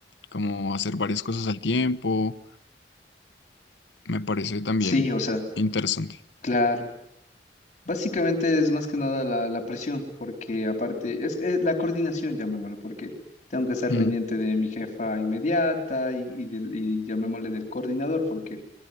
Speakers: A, on the left (about 85°); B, on the left (about 45°).
A: como hacer varias cosas al tiempo, me parece también
B: Sí, o sea,
A: interesante.
B: Claro, básicamente es más que nada la, la presión, porque aparte es, es la coordinación, llamémosle, porque tengo que estar
A: Mm.
B: pendiente de mi jefa inmediata y, y, del, y llamémosle del coordinador, porque